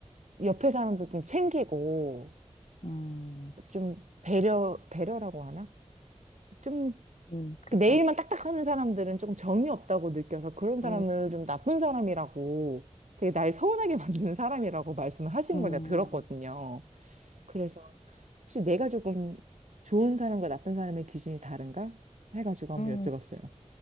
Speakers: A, on the right (about 75°); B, on the left (about 70°).
A: 옆에 사람도 좀 챙기고
B: 음,
A: 좀 배려 배려라고 하나? 좀
B: 음, 그쵸.
A: 그 네일만 딱딱하는 사람들은 조금 정이 없다고 느껴서 그런 사람을
B: 음,
A: 좀 나쁜 사람이라고 되게 날 서운하게 <laughs> 만드는 사람이라고 말씀을 하시는
B: 음.
A: 걸 제가 들었거든요. 그래서 혹시 내가 조금 좋은 사람과 나쁜 사람의 기준이 다른가? 해가지고 한번
B: 음.
A: 여쭤봤어요.